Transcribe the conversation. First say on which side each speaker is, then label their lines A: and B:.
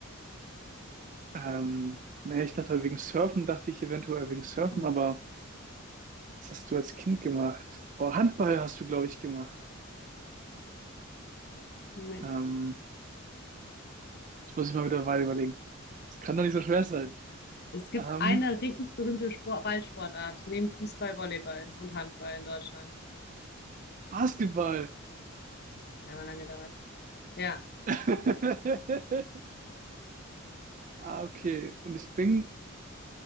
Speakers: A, on the right; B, on the left.
A: Ähm, naja, ich dachte halt wegen Surfen, dachte ich eventuell wegen Surfen,
B: Hm,
A: aber was hast du als Kind gemacht? Boah, Handball hast du, glaube ich, gemacht.
B: Nee.
A: Ähm, Muss ich mal wieder weiter überlegen. Das kann doch nicht so schwer sein.
B: Es gibt
A: Ähm,
B: eine richtig berühmte Sport Ballsportart, neben Fußball, Volleyball und Handball in Deutschland.
A: Basketball.
B: Einmal lange gedauert. Ja,
A: <laughs> Ah, okay. Und ich bin,